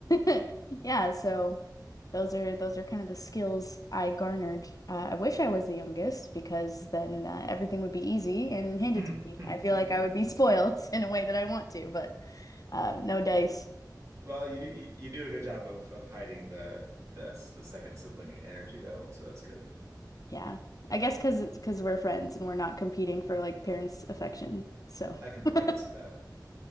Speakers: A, on the left (about 55°); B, on the right (about 45°).
A: <laughs> yeah, so those are those are kind of the skills I garnered. Uh, I wish I was the youngest because then uh, everything would be easy and handed
B: <laughs>
A: to me. I feel like I would be spoiled <laughs> in a way that I want to, but uh, no dice.
B: Well, you do you, you do a good job of of hiding the the the second sibling energy though, so that's good.
A: Yeah, I guess because because we're friends and we're not competing for like parents' affection. So,
B: I can
A: <laughs>
B: I can see that.